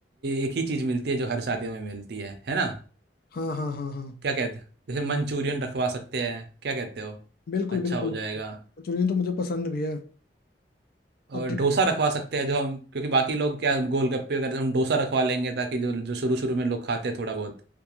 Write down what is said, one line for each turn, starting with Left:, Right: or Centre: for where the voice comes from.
Right: एक ही चीज़ मिलती है जो हर शादियों में मिलती है है ना
Left: हाँ हाँ हाँ हाँ
Right: क्या कहते जैसे मंचूरियन रखवा सकते हैं क्या कहते हो
Left: बिल्कुल
Right: अच्छा
Left: बिल्कुल
Right: हो जाएगा
Left: मंचूरियन तो मुझे पसंद भी है और
Right: और
Left: दे-
Right: डोसा रखवा सकते हैं जो हम क्योंकि बाकी लोग क्या गोलगप्पे वगैरह हम डोसा रखवा लेंगे ताकि जो जो शुरू शुरू में लोग खाते हैं थोड़ा बहुत